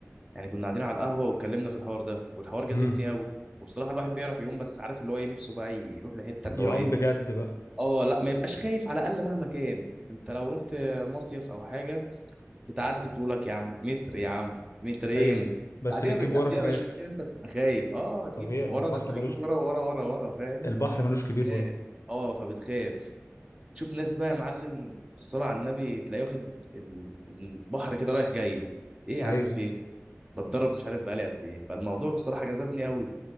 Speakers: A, on the right; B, on the left.
A: يعني كنا قاعدين على القهوه واتكلمنا في الحوار ده والحوار جذبني
B: امم
A: قوي وبصراحه الواحد بيعرف يقوم بس عارف اللي هو ايه نفسه بقى يروح لحته اللي
B: يعوم
A: هو ايه
B: بجد بقى
A: اه لا ما يبقاش خايف على الاقل مهما كان انت لو رحت مصيف او حاجه بتعدي طولك يا عم متر يا عم مترين
B: أيوة بس
A: بعديها
B: بتجيب
A: ب... بعديها
B: ورا في الآخر
A: بشويه انت بتبقى خايف اه تجيب
B: طبيعي
A: ورا
B: ما البحر
A: ده انت بتجيب
B: ملوش
A: ورا
B: ك...
A: ورا ورا ورا فاهم
B: البحر ملوش كبير
A: خايف.
B: برضه
A: اه فبتخاف تشوف ناس بقى يا معلم الصلاة على النبي تلاقيه واخد ال- البحر كده رايح جاي ايه يا عم
B: ايوه
A: في ايه بتدرب مش عارف بقالي قد ايه فالموضوع بصراحة جذبني قوي